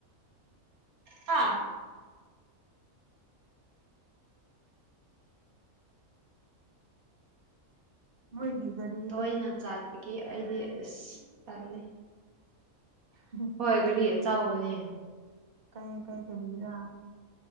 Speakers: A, on the right; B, on the right.
A: ꯍꯥ
B: ꯃꯣꯏꯒꯤ ꯒꯔꯤ
A: ꯇꯣꯏꯅ ꯆꯥꯠꯄꯒꯤ ꯑꯩꯗꯤ ꯑꯁ ꯇꯜꯂꯤ
B: ꯎꯝ
A: ꯍꯣꯏ ꯒꯥꯔꯤ ꯑꯆꯥꯎꯕꯅꯦ
B: ꯀꯔꯤ ꯀꯩ ꯒꯔꯤꯔꯥ